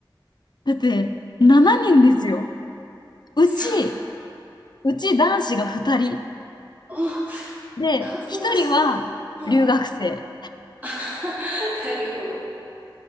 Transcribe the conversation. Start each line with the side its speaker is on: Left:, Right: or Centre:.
Left: だって、7人ですよ。
Right: うん
Left: うち、
Right: <laughs> そっ
Left: うち男子が2人。
Right: お、
Left: で、
Right: 男性が少ない。
Left: 1人は留学生。
Right: はい。<laughs> なるほど。